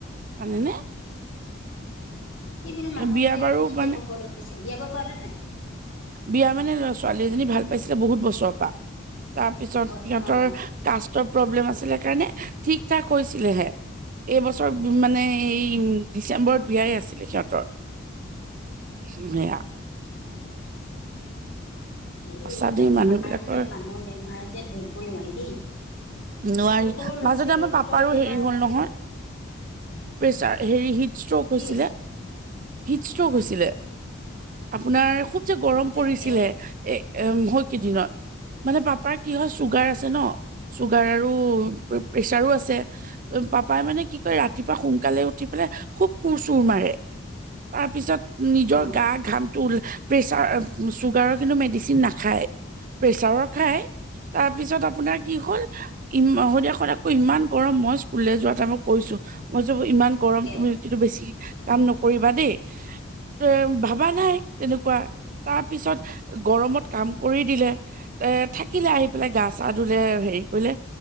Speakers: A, on the right (about 45°); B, on the left (about 65°).
A: জানেনে
B: সেইবিলাক মানুহৰ
A: বিয়া
B: যে
A: বাৰু
B: কি
A: মানে
B: যে হ'ব লৈছে বিয়া বাৰু কৰালে নাই
A: বিয়া মানে লৰা ছোৱালী এজনী ভাল পাইছিলে বহুত বছৰৰ পৰা তাৰ পিছত
B: হয়
A: সিহঁতৰ
B: অঁ অঁ
A: কাষ্টৰ প্ৰব্লেম আছিলে কাৰণে ঠিক ঠাক হৈছিলে হে এইবছৰ মানে এই ডিচেম্বৰত বিয়াই আছিলে সিহঁতৰ ঘূনিয়া
B: কিয়
A: সঁচা
B: এইবিলাক
A: দেই
B: বেমাৰ
A: মানুহ বিলাকৰ
B: মানে মানুহৰ বেমাৰ যে ধৰি ধৰিব নোৱাৰি দেই
A: নোৱাৰি
B: সৰু সৰু ল'ৰা
A: মাজতে
B: ছোৱালী
A: আমাৰ
B: একোটাৰে
A: পাপাৰো
B: বেমাৰ
A: হেৰি
B: আজিকালি
A: হল নহয় প্ৰেছাৰ হেৰি হিট ষ্ট্ৰক
B: কি
A: হৈছিলে
B: হৈছে বা
A: হৃদষ্টক হৈছিলে আপোনাৰ খুব যে গৰম
B: তাকে
A: পৰিছিলে এ এ হল কেইদিনত মানে পাপাৰ কি হয় চুগাৰ আছে ন চুগাৰ আৰু প্ৰেছাৰো আছে অপ পাপাই মানে কি কয় ৰাতিপুৱা সোনকালে উঠি পেলাই খুব কোৰ চুৰ মাৰে তাৰপিছত নিজৰ
B: অঁ
A: গা ঘামটো উ প্ৰেছাৰ চুগাৰৰ কিন্তু মেডিচিন নাখায় প্ৰেছাৰৰ খায় তাৰপিছত আপোনাৰ কি হ'ল ইমান সন্ধিয়া খন আকৌ ইমান গৰম মই ইস্কুল যোৱা তাই মই কৈছো হৈ যাব যে ইমান গৰম
B: তাকে
A: তুমি ৰুটি বেছি কাম নকৰিবা দেই ‌এ ভাবা নাই তেনেকুৱা তাৰ পিছত গৰমত কাম কৰি দিলে এ থাকিলে আহি পেলাই গা চা ধুই ধুলে হেৰি কৰিলে